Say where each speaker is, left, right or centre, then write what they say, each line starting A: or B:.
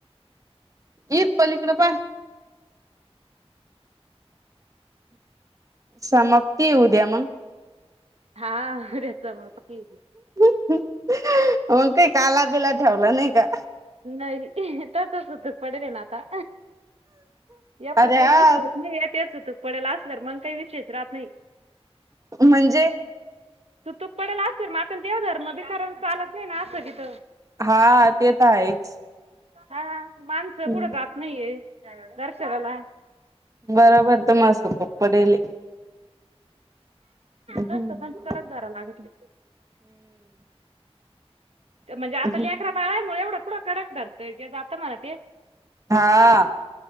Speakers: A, on the right; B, on the right.
A: ही पलीकडे पाय. समाप्ती येऊ द्या मग.
B: हा <unintelligible> समाप्ती.
A: मग काही काला बिला ठेवला नाही का?
B: नाही. तसच द पडे देना आता. एवढा
A: अरे
B: काही
A: हा
B: विषय याचतर पडेला असल मग काही विषयच राहत नाही.
A: म्हणजे?
B: त तुक पडेल असेल म आप देव धर मग बी खर चालत नाही ना असं किथ.
A: हा ते तर आहेच.
B: हा. माणसं
A: हम्म
B: कुठं जात नाहीये दर्शनाला.
A: बरोबर. तर मास होतो पडेले. हम्म
B: तस <unintelligible> कडक दारा लागतली. म्हणजे आता
A: हम्म
B: लेकरा बाळायमुळे एवढं पुथढं कडक धरतंय जात मला ते.
A: हा.